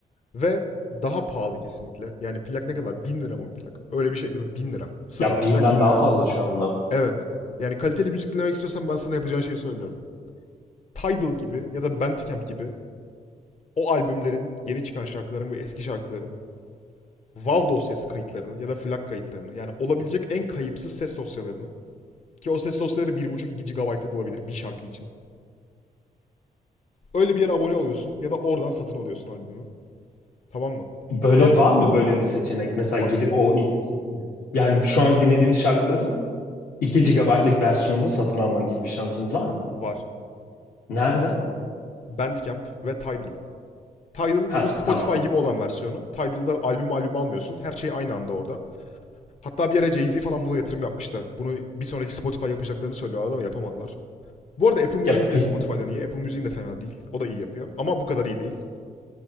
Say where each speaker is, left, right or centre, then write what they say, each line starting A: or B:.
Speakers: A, on the left; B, on the left.
A: Ve daha pahalı kesinlikle. Yani plak ne kadar? bin lira mı bir plak? Öyle bir şey değil mi? bin lira. Sıfır
B: Ya
A: bir
B: binden
A: plak 1000
B: daha
A: lira.
B: fazla şu anda.
A: Evet. Yani kaliteli müzik dinlemek istiyorsan ben sana yapacağın şeyi söylüyorum. Tidal gibi ya da Bandcamp gibi o albümlerin, yeni çıkan şarkıların ve eski şarkıların WAV dosyası kayıtlarını ya da FLAC kayıtlarını yani olabilecek en kayıpsız ses dosyalarını ki o ses dosyaları 1.5-2 GB'ı bulabilir bir şarkı için. Öyle bir yere abone oluyorsun ya da oradan satın alıyorsun albümü. Tamam mı?
B: Böyle
A: Zaten
B: var mı böyle bir seçenek? Mesela
A: var,
B: gidip o ilk- yani şu an dinlediğimiz şarkıların iki GB'lık versiyonunu satın alma gibi bir şansımız var mı?
A: var.
B: Nereden?
A: Bandcamp ve Tidal. Tidal
B: Ha
A: bunun Spotify
B: tamam.
A: gibi olan versiyonu. Tidal'da albüm albüm almıyorsun. Her şey aynı anda orada. Hatta bir yere Jay-Z falan buna yatırım yapmıştı. Bunu bir sonraki Spotify yapacaklarını söylüyorlardı ama yapamadılar. Bu arada Apple Music'inki
B: Ya, pe
A: de Spotify'dan iyi. Apple Music'in de fena değil. O da iyi yapıyor. Ama bu kadar iyi değil.